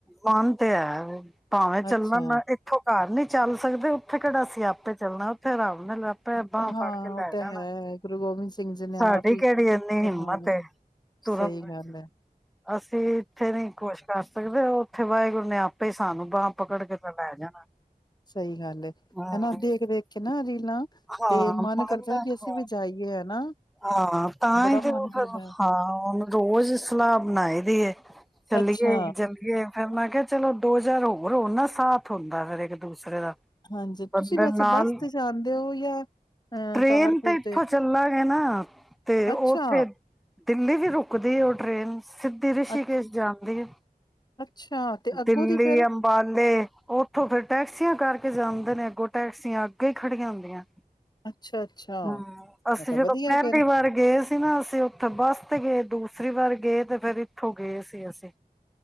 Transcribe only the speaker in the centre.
ਮਨ ਤੇ ਹੈ ਭਾਵੇਂ ਚੱਲਣ
ਨ ਇੱਥੋਂ ਘਰ ਨੀ ਚੱਲ ਸਕਦੇ ਉੱਥੇ ਕਿਹੜਾ ਅਸੀਂ ਆਪੇ ਚੱਲਣਾ ਉੱਥੇ ਰੱਬ ਨੇ ਲੜ ਭੈਬਾਂ
ਫੜ ਕੇ ਲੈ
ਜਾਣਾ,
ਸਾਡੀ
ਕਿਹੜੀ ਇੰਨੀ
ਹਿੰਮਤ ਐ
ਤੁਰੰਨਤ
ਅਸੀਂ ਇੱਥੇ ਨੀ ਕੁਸ਼ ਕਰ ਸਕਦੇ ਉਹ ਉੱਥੇ ਵਾਹਿਗੁਰੂ ਨੇ ਆਪੇ ਸਾਨੂੰ ਬਾਂਹ ਪਕੜ ਕੇ ਤਾਂ ਲੈ ਜਾਣਾ
ਹਾਂ
<unintelligible>
ਹਾਂ
ਮਨ
ਹ
ਹਾਂ ਤਾਂ
ਹੀ ਤੇ
ਹਾਂ ਉਹ
ਫਿਰ
ਹਾਂ ਉਹਨੂੰ ਰੋਜ਼ ਸਲਾਹ ਬਣਾਈ ਦੀ ਚੱਲੀਏ
ਚੱਲੀਏ ਫਿਰ ਮੈਂ ਕਿਹਾ ਚਲੋ ਦੋ ਚਾਰ ਹੋਰ ਹੋ ਨਾ ਸਾਥ ਹੁੰਦਾ ਫੇਿਰ <unintelligible> ਦੂਸਰੇ ਦਾ
ਬੰਦਰ
ਨਾਲ
ਟ੍ਰੇਨ
ਤੇ ਇੱਥੋਂ ਚੱਲਾਂਗੇ ਨਾ ਤੇ
ਉਹਥੇ ਦਿੱਲੀ ਵੀ ਰੁਕਦੀ ਉਹ ਟ੍ਰਰੇਨ ਸਿੱਧੀ ਰਿਸ਼ੀਕੇਸ਼
ਜਾਣਦੀ ਆ,
ਦਿੱਲੀ
ਅੰਬਾਲੇ ਉੱਠੋ ਫਿਰ ਕਰਕੇ ਜਾਂਦੇ ਨੇ, ਅੱਗੋਂ ਟੈਕਸੀਆਂ ਅੱਗੇ ਹੀ ਖੜੀਆਂ ਹੁੰਦੀਆਂ
ਹਮ, ਅਸੀਂ
ਜਦੋਂ
ਪਹਿਲੀ
ਵਾਰ ਗਏ ਸੀ ਨਾ ਅਸੀਂ ਉੱਥੇ ਬੱਸ ਤੇ ਗਏ ਦੂਸਰੇ ਸਰੀ ਵਾਰ ਗਏ ਤੇ ਫਿਰ ਇੱਥੋਂ ਗਏ ਸੀ ਅਸੀਂ